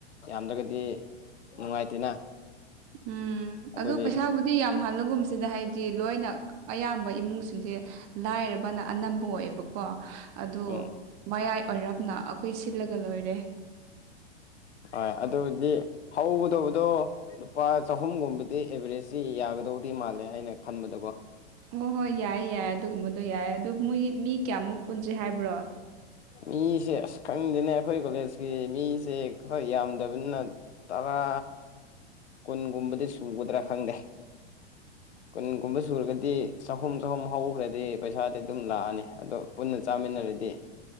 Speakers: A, on the left; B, on the right.
A: ꯌꯥꯝꯗ꯭ꯔꯒꯗꯤ ꯅꯨꯡꯉꯥꯏꯇꯦꯅ
B: ꯎꯝ
A: ꯑꯗꯨꯒꯤ
B: ꯑꯗꯣ ꯄꯩꯁꯥꯕꯨꯗꯤ ꯌꯥꯝ ꯍꯜꯂꯒꯨꯝꯁꯤꯗ ꯍꯥꯏꯗꯤ ꯑꯌꯥꯝꯕ ꯏꯃꯨꯡꯁꯤꯡꯁꯦ ꯂꯥꯏꯔꯕꯅ ꯑꯅꯝꯕ ꯑꯣꯏꯌꯦꯕꯀꯣ ꯑꯗꯨ
A: ꯎꯝ
B: ꯃꯌꯥꯏ ꯑꯣꯏꯔꯞꯅ ꯑꯩꯈꯣꯏ ꯁꯤꯜꯂꯒ ꯂꯣꯏꯔꯦ
A: ꯍꯣꯏ ꯑꯗꯨꯗꯤ ꯍꯧꯒꯗꯧꯕꯗꯣ ꯂꯨꯄꯥ ꯆꯍꯨꯝꯒꯨꯝꯕꯗꯤ ꯑꯦꯚꯔꯦꯖꯁꯤ ꯌꯥꯒꯗꯧꯗꯤ ꯃꯥꯜꯂꯦ ꯑꯩꯅ ꯈꯟꯕꯗꯀꯣ
B: ꯍꯣꯏ ꯍꯣꯏ ꯌꯥꯏꯌꯦ ꯌꯥꯏ ꯑꯗꯨꯒꯨꯝꯕꯗꯣ ꯌꯥꯏ ꯑꯗꯨ ꯃꯣꯏ ꯃꯤ ꯀꯌꯥꯃꯨꯛ ꯄꯨꯟꯁꯤ ꯍꯥꯏꯕ꯭ꯔꯣ
A: ꯃꯤꯁꯦ ꯑꯁ ꯈꯪꯗꯦꯅꯦ ꯑꯩꯈꯣꯏ ꯀꯣꯂꯦꯖꯀꯤ ꯃꯤꯁꯦ ꯈꯔ ꯌꯥꯝꯗꯕꯅꯤꯅ ꯇꯔꯥ ꯀꯨꯟꯒꯨꯝꯕꯗꯤ ꯁꯨꯒꯗ꯭ꯔꯥ ꯈꯪꯗꯦ ꯀꯨꯟꯒꯨꯝꯕ ꯁꯨꯔꯒꯗꯤ ꯆꯍꯨꯝ ꯆꯍꯨꯝ ꯍꯧꯈ꯭ꯔꯗꯤ ꯄꯩꯁꯥꯗꯤ ꯑꯗꯨꯝ ꯂꯥꯛꯑꯅꯤ ꯑꯗꯣ ꯄꯨꯟꯅ ꯆꯥꯃꯤꯟꯅꯔꯗꯤ